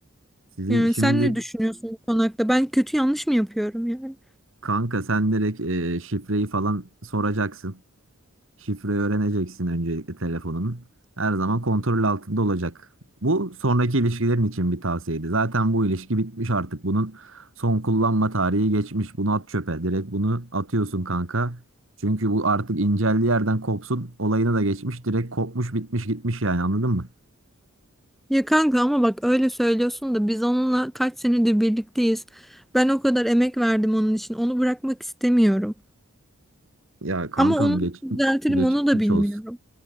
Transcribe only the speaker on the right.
Sizin
şimdi
kanka sen direkt e, şifreyi falan soracaksın. Şifreyi öğreneceksin öncelikle telefonun. Her zaman kontrol altında olacak. Bu sonraki ilişkilerin için bir tavsiyeydi. Zaten bu ilişki bitmiş artık. Bunun son kullanma tarihi geçmiş. Bunu at çöpe. Direkt bunu atıyorsun kanka. Çünkü bu artık inceldiği yerden kopsun. Olayına da geçmiş. Direkt kopmuş bitmiş gitmiş yani anladın mı?
Ya kankam
geç,
geçmiş
olsun.